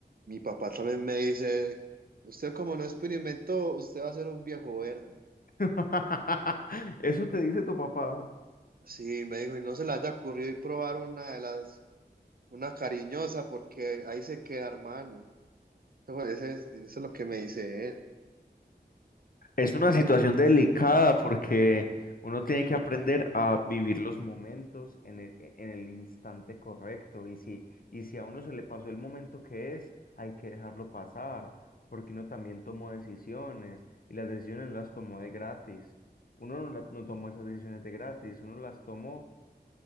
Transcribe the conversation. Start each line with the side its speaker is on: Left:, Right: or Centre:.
Right: mi papá también me dice, usted como no experimentó, usted va a ser un viejo verde.
Left: <laughs> Eso te dice tu papá.
Right: Sí, me dijo, y no se le haya ocurrido ir probar una de las, una cariñosa, porque ahí se queda, hermano. Eso ese es, eso es lo que me dice él,
Left: Es una situación delicada porque uno tiene que aprender a vivir los momentos en el, e, en el instante correcto y si, y si a uno se le pasó el momento que es, hay que dejarlo pasar porque uno también tomó decisiones y las decisiones las tomó de gratis. Uno no, la- no tomó esas decisiones de gratis, uno las tomó